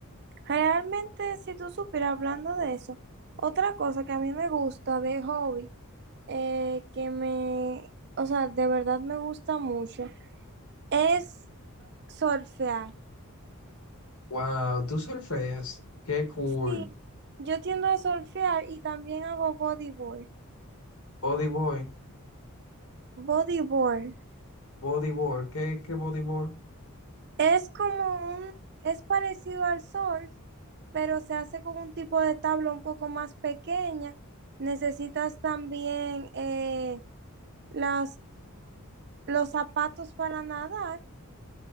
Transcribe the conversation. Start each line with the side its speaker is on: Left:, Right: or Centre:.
Right: Realmente, si tú supieras hablando de eso, otra cosa que a mí me gusta de hobby, eh, que me, o sea, de verdad me gusta mucho, es surfear.
Left: Wow, tú surfeas, qué cool.
Right: Sí, yo tiendo a surfear y también hago bodyboard.
Left: Bodyboy,
Right: Bodyboard
Left: bodyboard, ¿qué, qué bodyboard?
Right: es como un, es parecido al surf, pero se hace con un tipo de tabla un poco más pequeña. Necesitas también eh, las, los zapatos para nadar